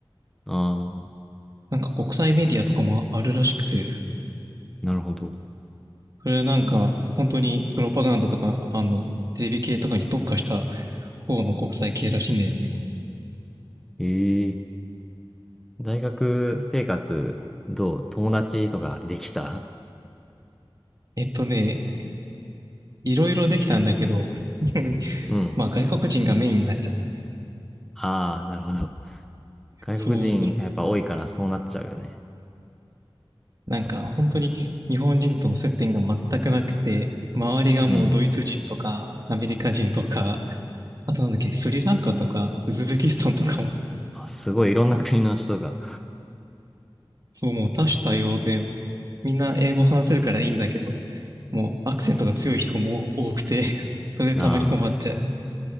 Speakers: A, in the centre; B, on the right.
A: ああ、
B: なんか国際メディアとかもあるらしくて、
A: なるほど。
B: それはなんか本当にプロパガンダとか、あの、テレビ系とかに特化した方の国際系らしいんだよね。
A: ええ。大学生活、どう友達とかできた
B: えっとね、いろいろできたんだけど、<laughs>
A: うん。
B: まあ外国人がメインになっちゃったね。
A: ああ、なるほど。外国人やっぱ多いからそうなっちゃうよね。
B: そう、になんか本当に日本人との接点が全くなくて、周りがもうドイツ人とかアメリカ人とか、
A: うん。
B: あとなんだっけ、スリランカとかウズベキスタンとかも、
A: あ、すごいいろんな国の人が。
B: そうもう多種多様で、みんな英語話せるからいいんだけど、もうアクセントが強い人も多くて、<laughs> それでたまに困っちゃう。
A: なあ。